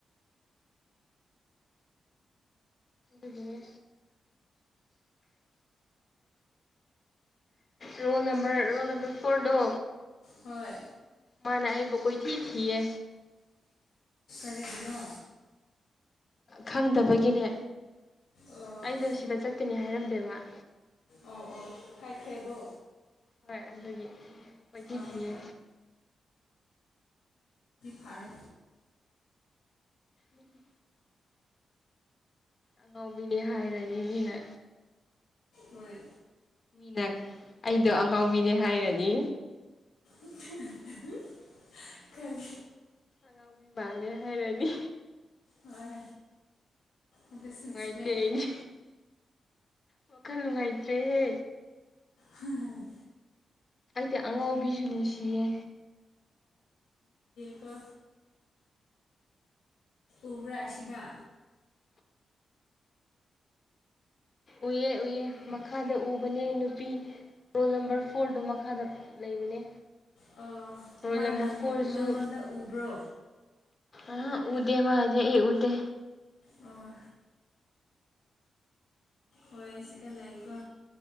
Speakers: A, on the left; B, on the left.
A: ꯑꯗꯨꯅꯦ roll number roll number four ꯗꯣ
B: ꯍꯣꯏ
A: ꯃꯥꯅ ꯑꯩꯕꯨ ꯀꯣꯏꯊꯤ ꯊꯤꯌꯦ
B: ꯇꯔꯤꯒꯤꯅꯣ
A: ꯈꯪꯗꯕꯒꯤꯅꯦ
B: ꯑꯣ
A: ꯑꯩꯗꯣ ꯁꯤꯗ ꯆꯀꯅꯤ ꯍꯥꯏꯔꯝꯗꯦꯕ
B: ꯑꯣ ꯑꯣ ꯍꯥꯏꯈ꯭ꯔꯦꯕꯣ
A: ꯍꯣꯏ ꯑꯗꯨꯒꯤ ꯀꯣꯏꯊ
B: ꯑꯥ
A: ꯊꯌꯦ
B: ꯐꯥꯔꯦ
A: ꯎꯝ ꯑꯉꯥꯎꯤꯅꯦ ꯍꯥꯏꯔꯅꯤꯅꯦꯅ
B: ꯍꯣꯏ
A: ꯃꯤꯅ ꯑꯩꯗꯣ ꯑꯉꯥꯎꯕꯤꯅꯦ ꯍꯥꯏꯔꯅꯤ
B: <inaudible> ꯀꯔꯤ
A: ꯉꯃꯤ ꯃꯥꯂꯦ ꯍꯥꯏ ꯔꯅꯤ
B: ꯍꯣꯏ ꯑꯗꯨꯁꯨ
A: ꯅꯨꯡꯉꯥꯏꯇꯦ
B: ꯆꯨꯝꯃꯦ
A: ꯑꯩꯅꯦ ꯋꯥꯈꯜ ꯅꯨꯡꯉꯥꯏꯇ꯭ꯔꯦꯍꯦ
B: ꯍꯝꯝ
A: ꯑꯩꯗꯤ ꯑꯉꯧꯕꯤꯁꯨ ꯅꯨꯡꯁꯤꯌꯦ
B: ꯀ ꯎꯕ꯭ꯔꯥ ꯁꯤꯗ
A: ꯎꯏꯑꯦ ꯎꯏꯌꯦꯦ ꯃꯈꯥꯗ ꯎꯕꯅꯦ ꯅꯨꯄꯤ ꯔꯣꯜ ꯅꯝꯕꯔ ꯐꯣꯔꯗꯨ ꯃꯈꯥꯗ ꯂꯩꯕꯅꯦ
B: ꯑꯣ
A: ꯔꯣꯜ
B: ꯃꯥꯅ
A: ꯅꯝꯕꯔ ꯐꯣꯔꯁꯨ
B: ꯅꯪꯉꯣꯟꯗ ꯎꯕ꯭ꯔꯣ
A: ꯑ ꯎꯗꯦ ꯃꯥꯅꯦꯦ ꯑꯦ ꯎꯗꯦ
B: ꯑꯣ ꯍꯣꯏ ꯁꯤꯗ ꯂꯩꯀꯣ